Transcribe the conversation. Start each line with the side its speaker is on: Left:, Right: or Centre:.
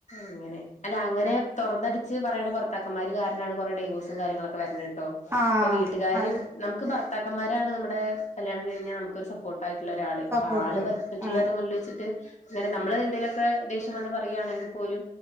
Left: അങ്ങനെ അല്ല അങ്ങനെ തൊറന്നടിച്ച് പറയ്ണ ഭർത്താക്കന്മാര് കാരണാണ് കൊറേ ഡൈവോഴ്സും കാര്യങ്ങളൊക്കെ വരണ് ട്ടോ
Right: ആഹ്
Left: അപ്പൊ വീട്ടുകാരും
Right: അതെ
Left: നമുക്ക് ഭർത്താക്കന്മാരാണ് നമ്മുടെ കല്യാണം കഴിഞ്ഞാൽ നമുക്കൊരു സപ്പോ സപ്പോർട്ടായിട്ടുള്ള ഒരാള്
Right: സപ്പോർട്ട്
Left: അപ്പൊ ആൾ മറ്റുള്ളവരെ
Right: ആഹ്
Left: മുന്നിൽ വെച്ചിട്ട് അങ്ങനെ നമ്മള് എന്തേലോക്കെ ദേഷ്യം വന്ന് പറയാണെങ്കിൽ പോലും